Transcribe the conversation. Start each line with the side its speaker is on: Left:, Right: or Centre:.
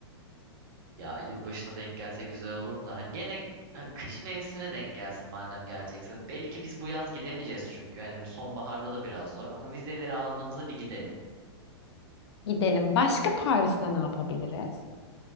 Right: Ya yılbaşına denk gelse güzel olur da hani gene ha, kış mevsimine denk gelsin madem geleceksin. Belli ki biz bu yaz gidemeyeceğiz çünkü. Yani sonbaharda da biraz zor ama vizeleri aldığımızda bir gidelim.
Left: Gidelim. Başka Paris'te ne yapabiliriz?